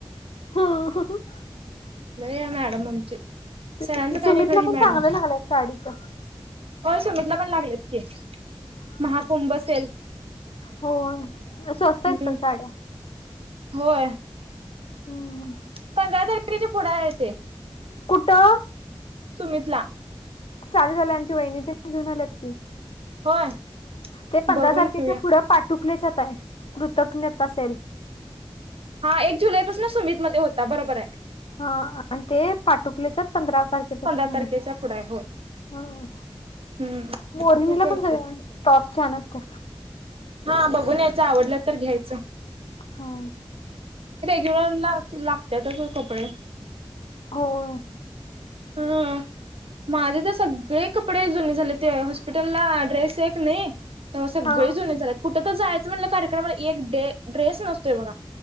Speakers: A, on the left; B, on the right.
A: <unintelligible>
B: लई हाय मॅडम आमची. सरांच
A: तेच की सुमितला
B: काय नाही खरं हि
A: पण
B: मॅडम
A: चांगलं लागलंय साडीच
B: हो सुमीतला पण लागलेत की महाकुंभ सेल.
A: हो स्वस्त हाईत
B: हम्म
A: पण साड्या.
B: होय.
A: हम्म.
B: पंधरा तारखेचे पुढं आहे ते.
A: कुठं?
B: सुमितला.
A: चाल झालंय. आमची वहिणी तेन घेऊन आल्यात की.
B: होय?
A: ते पंधरा
B: बघून
A: तारखेच्या
B: घेऊया
A: पुढं पाटुकलेच्यात आहे कृतज्ञता सेल.
B: हा एक जुलैपासनं सुमितमध्ये होता बरोबर हाय.
A: हा आणि ते पाटुकल्याच्यात पंधरा तारखेपासून
B: पंधरा तारखेच्या
A: हाय.
B: पुढं आहे होय
A: हो.
B: हम्म
A: मोरनीला
B: ठीक आहे
A: पण जाऊया
B: की
A: टॉप छान असतात.
B: हा बघून यायचं, आवडलं तर घ्यायचं.
A: हा.
B: रेग्युरला लागत्यातच ओ कपडे.
A: होय.
B: हं माझी तर सग लई कपडे जुनी झाले ते हॉस्पिटलला ड्रेस एक नाही, त्यामुळे सगळे
A: हा
B: जुने झाल्यात. कुठ तर जायचं म्हटलं कार्यक्रमाला एक डे ड्रेस नसतोय बघा.